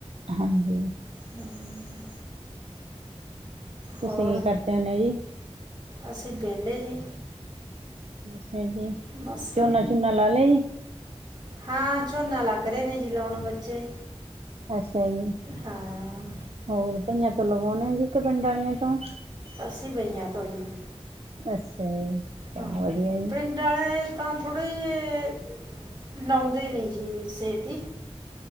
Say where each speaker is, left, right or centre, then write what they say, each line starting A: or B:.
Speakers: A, on the right; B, on the right.
A: ਹਾਂਜੀ,
B: ਹਮ,
A: ਤੁਸੀਂ
B: ਹੋਰ
A: ਕੀ ਕਰਦੇ ਹੁਨੇ ਔ ਜੀ,
B: ਅਸੀਂ ਵਿਹਲੇ ਜੀ,
A: ਅੱਛਾ, ਹ ਜੀ
B: ਬਸ
A: ਝੋਨਾ-ਝੋਨਾ ਲਾਇਆ ਜੀ,
B: ਹਾਂ ਝੋਨਾ ਲੱਗ ਰਹੇ ਨੇ ਜੀ ਲਾਉਣ ਬੱਚੇ,
A: ਅੱਛਾ ਜੀ
B: ਹਾਂ
A: ਹੋਰ ਬ ਲਗਾਉਨੇ ਔ ਜੀ ਜਾ ਪਿੰਡ ਵਾਲੀਆਂ ਤੋਂ,
B: ਅੱਸੀ ਬਈਆਂ ਤੋਂ ਹੀ,
A: ਅੱਛਾ ਜੀ, ਚਲੋ
B: ਹਾਂ
A: ਵਧੀਆ ਜੀ
B: ਪਿੰਡ ਵਾਲੇ ਤਾਂ ਥੋੜਾ ਜਿ ਲਾਉਂਦੇ ਨਹੀਂ ਜੀ ਛੇਤੀ,